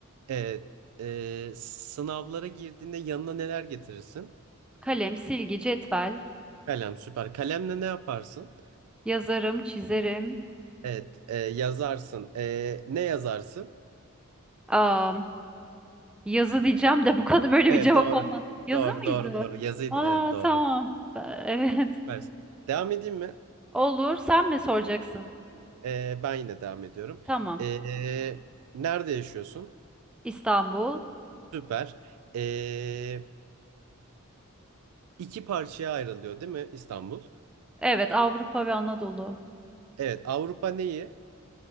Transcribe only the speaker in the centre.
kalem, silgi, cetvel,
yazarım, çizerim.
Aa, yazı diyeceğim de bu kadar böyle
bir cevap
olmaz. Yazı
mıydı?
Aa
tamam. Ee, <laughs> Evet.
Olur. Sen mi soracaksın?
Tamam.
İstanbul.
Evet, Avrupa ve Anadolu.